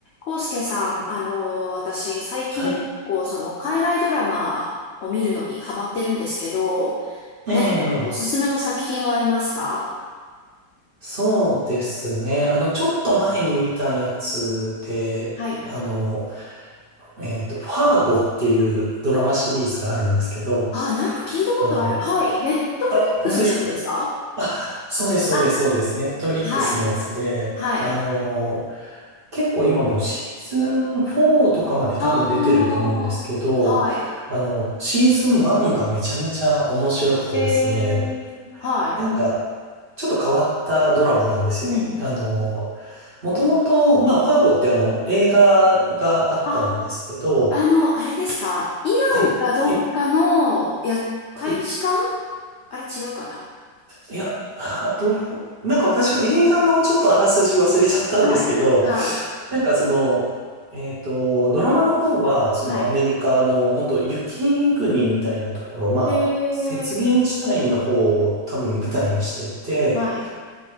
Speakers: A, on the left; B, on the right.
A: 康介さん、あの、私、最近結構、
B: はい。
A: その、海外ドラマを見るのにハマってるんですけど、
B: え
A: 何かおすすめの作品はありますか
B: え、そうですね。あの、ちょっと前に見たやつで、
A: はい。
B: あの、えっと、ファーゴっていうドラマシリーズがあるんですけど、
A: あ、なんか聞いたことある。
B: あの、
A: はい。ネットフリックスのやつですか
B: あ、本当ですかあ、そうです、そうです、
A: あ、
B: そうです。ネットリックスのやつで、
A: はい。はい。
B: あの、結構今もうシーズン4とかまで多分出てると思うんですけど、
A: ああ、はい。
B: あの、シーズン1がめちゃめちゃ面白くてですね、
A: へえ、は
B: なんか、ちょっと変わったドラマなんですよ。
A: い。うん。
B: あの、もともと、まあ、ファーゴってあの、映画があったんですけど、
A: あ、あの、あれですか。イランかどっかの、
B: はい、はい、
A: いや、
B: はい。
A: 大使館あれ違うかな
B: いや、あ、どう、なんか私も映画のちょっとあらすじ忘れちゃったんですけど、
A: はい。はい。
B: なんかその、えっと、ドラマの方は、そのアメリカの、
A: はい。
B: 本当雪国みたいなところ、まあ、
A: へえ、
B: 雪原地帯の方を多分舞台にしてて、
A: はい、